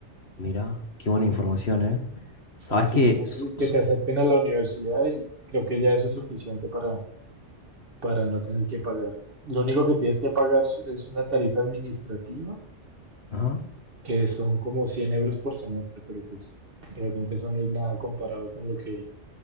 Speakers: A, on the left; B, on the right.
A: Mira, qué buena información, ¿eh?
B: Sí,
A: Sabés
B: es
A: que.
B: simplemente
A: so-
B: que
A: so-
B: te acepten a la universidad y creo que ya eso es suficiente para, para no tener que pagar. Lo único que tienes que pagar es- es una tarifa administrativa,
A: ajá,
B: que son como 100 euros por semestre, pero pues realmente eso no es nada comparado con lo que,